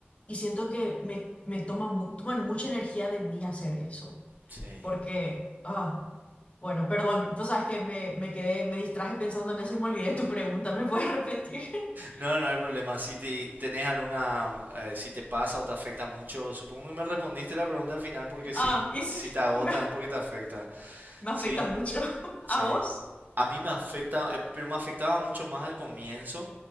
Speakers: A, on the left; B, on the right.
A: y siento que me, me toma, mu- toman mucha energía de mí hacer eso.
B: Sí.
A: Porque, ah, bueno, perdón, vos sabes que me, me quedé, me distraje pensando en eso y me olvidé de tu pregunta, ¿me puedes repetir? <laughs>
B: No, no hay problema. Si te, tenés alguna, eh, si te pasa o te afecta mucho, supongo que me respondiste la pregunta al final porque sí,
A: Ah, y
B: si
A: sí,
B: te agotas
A: me,
B: es porque te afecta.
A: me afecta
B: Sí,
A: mucho. <laughs>
B: sí.
A: ¿A vos?
B: a mí me afecta, eh, pero me afectaba mucho más al comienzo,